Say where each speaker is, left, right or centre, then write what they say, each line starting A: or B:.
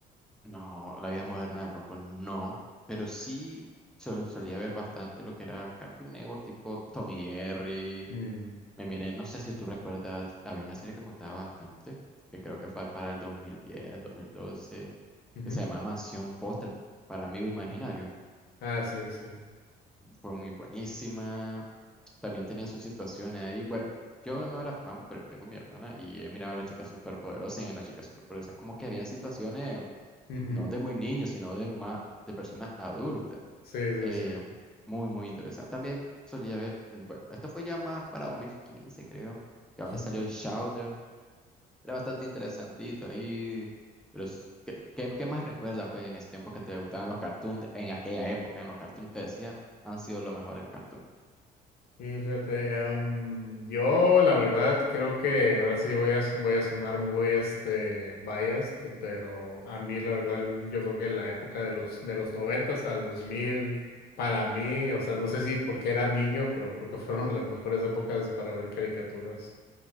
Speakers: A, in the centre; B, on the left.
A: No, la vida moderna, Rocco, no, pero sí sol- solía ver bastante lo que era Cartoon Network, tipo Tom y Jerry.
B: Mm,
A: Me miré, no sé si tú recuerdas, había una serie que me gustaba bastante, que creo que fue para el 2010, 2012,
B: ujú.
A: que se llamaba Mansión Póster para Amigo Imaginario.
B: Ah, sí, sí.
A: fue muy buenísima. También tenía sus situaciones ahí. Bueno, yo no era fan, pero tengo mi hermana y he mirado a la chica superpoderosa y en la chica superpoderosa es como que habían situaciones
B: Ujú,
A: no
B: ujú.
A: de muy niños, sino de más de personas adultas.
B: Sí,
A: Eh,
B: sí, sí.
A: muy, muy interesante. También solía ver, mm, bueno, esto fue ya más para 2015 creo, que donde
B: Ujú.
A: salió el Shouder. Era bastante interesantito ahí. Pero, s- ¿qué, qué- qué más recuerdas, pues, en ese tiempo que te gustaban los cartoons? En aquella época, en los cartoons que decía, han sido los mejores cartoons.
B: Sí, fíjate, em, yo la verdad creo que ahora sí voy a, voy a sonar muy este biased, pero a mí la verdad yo creo que la época de los de los noventas al 2000 para mí, o sea, no sé si porque era niño, pero creo que fueron las mejores épocas para ver caricaturas,